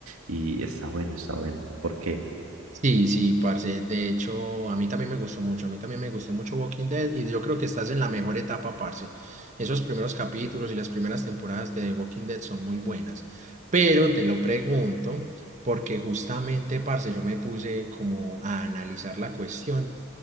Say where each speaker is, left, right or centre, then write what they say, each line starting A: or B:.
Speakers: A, on the right; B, on the right.
A: y está bueno, está bueno. ¿Por qué?
B: Sí, sí, parce, de hecho, a mí también me gustó mucho, a mí también me gustó mucho Walking Dead y yo creo que estás en la mejor etapa, parce. Esos primeros capítulos y las primeras temporadas de Walking Dead son muy buenas, pero te lo pregunto porque justamente, parce, yo me puse como a analizar la cuestión.